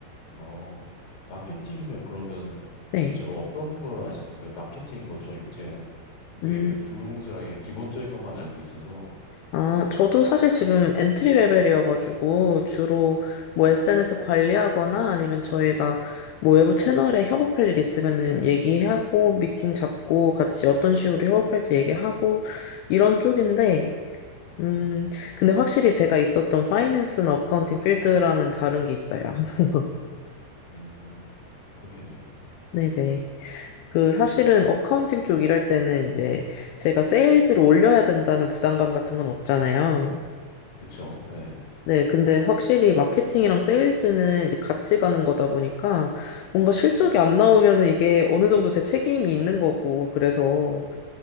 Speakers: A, on the left (about 45°); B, on the left (about 85°).
A: 어, 마케팅이면 그러면
B: 네.
A: 대체로 어떤 걸 아시는 거예요? 마케팅 뭐 저, 제 되게
B: 음.
A: 그냥 두루뭉술하게 그냥 기본적인 것만 알고 있어서
B: 아, 저도 사실 지금 엔트리 레벨이어가지고 주로
A: 음,
B: 뭐 SNS 관리하거나 아니면 저희가 뭐 외부 채널에 협업할 일 있으면은 얘기하고 미팅 잡고 같이 어떤 식으로 협업할지 얘기하고 이런 쪽인데, 음, 근데 확실히 제가 있었던 파이낸스나 어카운팅 필드랑은 다른 게 있어요. <laughs>
A: 음, 그렇겠네요.
B: 네네. 그 사실은 어카운팅 쪽 일할 때는 이제 제가 세일즈를 올려야 된다는 부담감 같은 건 없잖아요.
A: 그쵸? 네.
B: 네, 근데 확실히 마케팅이랑 세일즈는 이제 같이 가는 거다 보니까 뭔가 실적이 안 나오면은 이게 어느 정도 제 책임이 있는 거고, 그래서